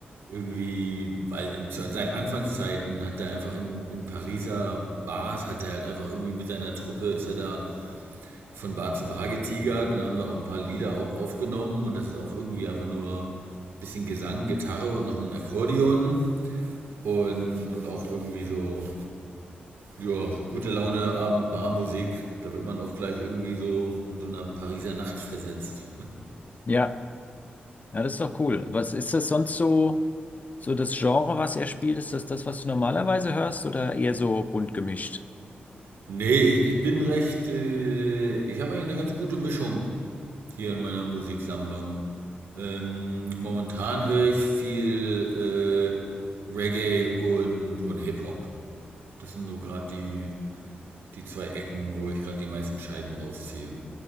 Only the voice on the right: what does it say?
irgendwie, weil in- zu seinen Anfangszeiten hat er einfach in, in Pariser Bars, hat er halt einfach irgendwie mit seiner Truppe, ist er da von Bar zu Bar getigert und haben da auch ein paar Lieder auch aufgenommen und das ist auch irgendwie einfach nur ein bisschen Gesang, Gitarre und noch ein Akkordeon und, und auch irgendwie so ja, gute Laune, Abend, Barmusik. Da wird man auch gleich irgendwie so in so einer Pariser Nacht versetzt.
Nee, ich, ich bin recht. Äh, ich habe eigentlich eine ganz gute Mischung hier in meiner Musiksammlung. Ähm, momentan höre ich viel äh, Reggae und, und Hip-Hop. Das sind so gerade die, die zwei Ecken, wo ich gerade die meisten Scheiben rausziehe.